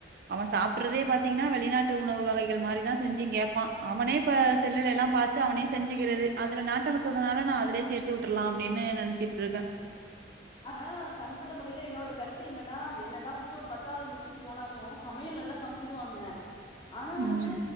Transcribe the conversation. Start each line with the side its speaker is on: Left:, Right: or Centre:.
Right: அவ சாப்பிட்றதே பாத்தீங்கன்னா வெளிநாட்டு உணவு வகைகள் மாரி தா செஞ்சு கேட்பா அவனே இப்ப செல்லுல எல்லா பாத்து அவனே செஞ்சுக்கிறது அதுல நாட்ட இருக்கனால நா அதுலயே சேத் து விட்டுறலா அப்டின்னு நினச்சிட்டு இருக்க
Left: ஆனா தனிப்பட்ட முறையில என்னோட கருத்து என்னனா என்னதா வந்துட்டு ஒரு பத்தாவ்து முடிச்சுட்டு போனாலு சமையல் நல்லா செஞ் சமைச்சிடுவாங்க ஆனா
Right: ம்
Left: வந்து